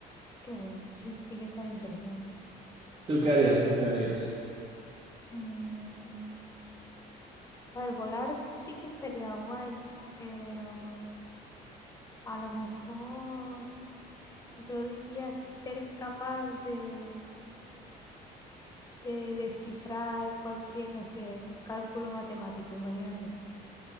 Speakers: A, on the left; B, on the right.
A: qué bueno, sí, sí que estaría interesante.
B: ¿Tú qué harías? ¿Tú qué harías?
A: Mm, a ver, volar sí que estaría guay, pero a lo mejor yo diría ser capaz de, de descifrar cualquier, no sé, cálculo matemático, imagínate.